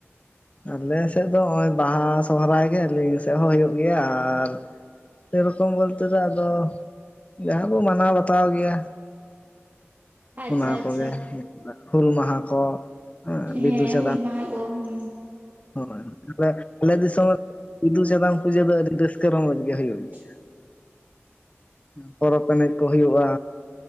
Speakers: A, on the left; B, on the right.
A: ᱟᱞᱮ ᱥᱮᱫ ᱫᱚ ᱦᱚᱜᱼᱚᱭ ᱵᱟᱦᱟ ᱥᱚᱦᱚᱨᱟᱭ ᱜᱮ ᱟᱹᱞᱤᱧ ᱥᱮᱫ ᱦᱚᱸ ᱦᱩᱭᱩᱜ ᱜᱮᱭᱟ ᱟᱨ, ᱥᱮᱨᱚᱠᱚᱢ ᱵᱚᱞᱛᱮ ᱫᱚ ᱟᱫᱚ, ᱡᱟᱦᱟᱸ ᱵᱚ ᱢᱟᱱᱟᱣ ᱵᱟᱛᱟᱣ ᱜᱮᱭᱟ᱾
B: ᱟᱪᱪᱷᱟ
A: ᱚᱱᱟ
B: ᱟᱪᱪᱷᱟ
A: ᱠᱚᱜᱮ ᱦᱩᱞ ᱢᱟᱦᱟ ᱠᱚ᱾ ᱵᱤᱫᱩ
B: ᱦᱮᱸ
A: ᱪᱟᱸᱫᱟᱱ
B: ᱦᱩᱞ ᱢᱟᱦᱟ ᱠᱚ ᱦᱩᱸ᱾
A: ᱦᱳᱭ ᱛᱟᱞᱦᱮ ᱟᱞᱮ ᱫᱤᱥᱚᱢ ᱨᱮ ᱵᱤᱫᱩ ᱪᱟᱸᱫᱟᱱ ᱯᱩᱡᱟᱹ ᱫᱚ ᱟᱹᱰᱤ ᱨᱟᱹᱥᱠᱟᱹ ᱨᱚᱢᱚᱡᱽ ᱜᱮ ᱦᱩᱭᱩᱜ ᱜᱮᱭᱟ᱾
B: <inaudible>
A: ᱯᱚᱨᱚᱵᱽ ᱮᱱᱮᱡ ᱠᱚ ᱦᱩᱭᱩᱜᱼᱟ᱾